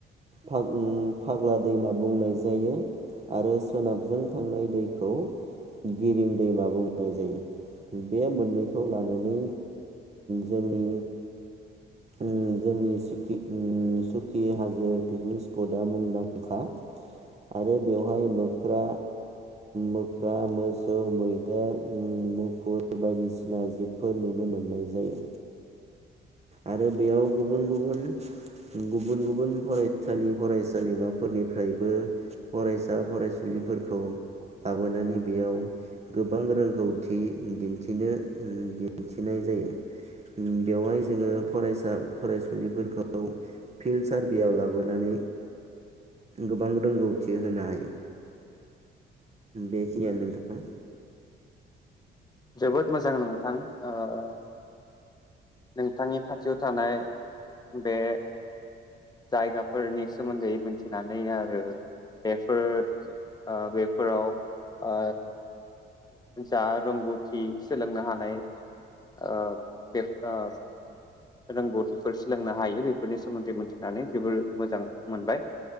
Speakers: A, on the right; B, on the left.
A: फा फाग्ला दैमा बुंनाय जायो आरो सोनाबजों थांनाय दैखौ गिरिं दैमा बुंनाय जायो बे मोननैखौ लानानै जोंनि उम जोंनि उम सुकि हाजो पिकनिक स्पटआ मुंदांखा आरो बेवहाय मोख्रा मोख्रा मोसौ मैदेर उम मुफुर बायदिसिना जिबफोर नुनो मोननाय जायो। आरो बेयाव गुबुन गुबुन गुबुन गुबुन फरायसालि फरायसालिमाफोरनिफ्रायबो फरायसा फरायसुलिफोरखौ लाबोनानै बेयाव गोबां रोंगौथि दिन्थिनो दिन्थिनाय जायो उम बेवहाय जोङो फरायसा फरायसुलिफोरखौ फिल्ड सारभेयाव लाबोनानै गोबां रोंगौथि होनो हायो बेखिनियानो नोंथां।
B: जोबोद मोजां नोंथां। औ औ। नोंथांनि खाथियाव थानाय बे जायगाफोरनि सोमोन्दै मिथिनानै आरो बेफोर ओ बेफोराव आ जा रोंगौथि सोलोंनो हानाय ओ बे ओ रोंगौथिफोर सोलोंनो हायो बेफोरनि सोमोन्दै मोनथिनानै जोबोर मोजां मोनबाय।